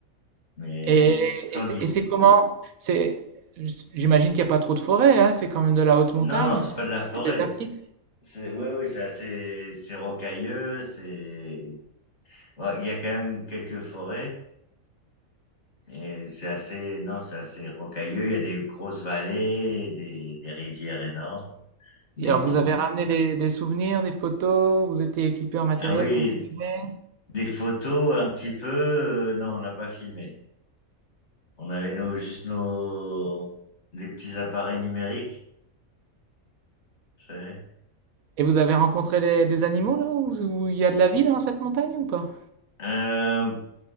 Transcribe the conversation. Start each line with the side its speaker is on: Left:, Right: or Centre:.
Left: mais
Right: Et,
Left: sans
Right: et c'est
Left: guide.
Right: et c'est comment? C'est, j'imagine qu'il n'y a pas trop de forêts, hein, c'est quand même de la haute montagne,
Left: Non, non, c'est
Right: c'est
Left: pas de la forêt.
Right: c'est désertique.
Left: C'est, oui ouais, c'est assez, c'est rocailleux, c'est, ouais, il y a quand même quelques forêts, et c'est assez, non, c'est assez rocailleux, il y a des grosses vallées, des, des rivières énormes, des
Right: Et alors, vous
Left: ponts.
Right: avez ramené des, des souvenirs, des photos, vous étiez équipé en matériel
Left: Ah oui,
Right: pour filmer,
Left: des photos un petit peu, euh, non, on n'a pas filmé. On avait nos, juste nos, les petits appareils numériques, vous savez.
Right: et vous avez rencontré des, des animaux là où où il y a de la vie dans cette montagne ou pas?
Left: Euh,